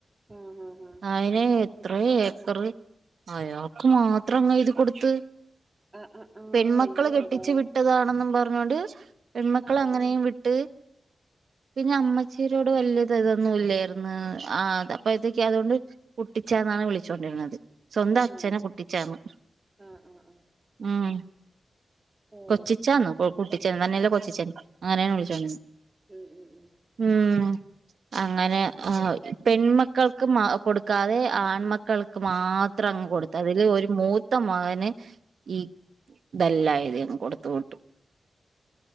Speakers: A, on the right; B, on the right.
A: ആഹ് ഉം ഉം
B: അയ്ന് എത്ര ഏക്കറ് അയാൾക്ക് മാത്ര അങ്ങ് എയ്തി കൊടുത്ത്
A: ആഹ് ആഹ് ആഹ് ആഹ് ആഹ്
B: പെൺമക്കള്
A: അയ്യോടാ
B: കെട്ടിച്ചു വിട്ടതാണെന്നും പറഞ്ഞോണ്ട് പെൺമക്കൾ
A: ആഹ്
B: അങ്ങനെയും
A: ആഹ്
B: വി ട്ട് പിന്നെ അമ്മച്ചീരോട് വലിയത് ഇതൊന്നും ഇല്ലായിന്ന് ആഹ് അഹ് അപ്പൊ ഇതൊക്കെ അതുകൊണ്ട് കുട്ടിച്ചാന്നാണ് വിളിച്ചോണ്ടിരുന്നത് സ്വന്തം അച്ഛനെ
A: ആഹ്
B: കുട്ടിച്ചാന്ന്
A: ആഹ് ആഹ് ആഹ്
B: ഉം
A: ഓഹ്
B: കൊച്ചിച്ചാന്നോ കൂട്ടിച്ചൻ തന്നല്ലേ കൊ കൊച്ചച്ചൻ അങ്ങനെയ വിളിച്ചോണ്ടിന്ന്
A: ഉം ഉം ഉം ഉം
B: ഉം അങ്ങനെ അ പെൺമക്കൾക്ക് കൊടുക്കാതെ ആൺമക്കൾക്ക് മാത്രം അങ് കൊടുക്ക അതില് ഒരു മൂത്ത മകന് ഈ ദല്ലായധികം കൊടുത്ത വിട്ടു